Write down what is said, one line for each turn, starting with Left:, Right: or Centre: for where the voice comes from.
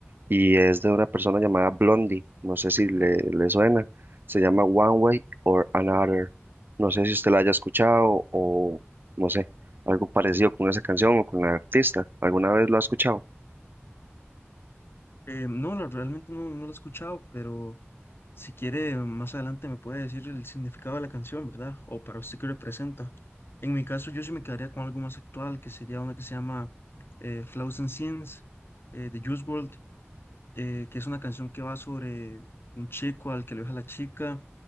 Right: y es de una persona llamada Blondie. No sé si le, le suena. Se llama One Way or Another. No sé si usted la haya escuchado o no sé, algo parecido con esa canción o con la artista. ¿Alguna vez lo ha escuchado?
Left: Eh, no, la- realmente no, no la he escuchado, pero si quiere, más adelante me puede decir el significado de la canción, ¿verdad? O para usted qué representa. En mi caso, yo sí me quedaría con algo más actual, que sería una que se llama eh, Flaws and Sins, eh, de Juice WRLD. eh, que es una canción que va sobre un chico al que lo deja la chica,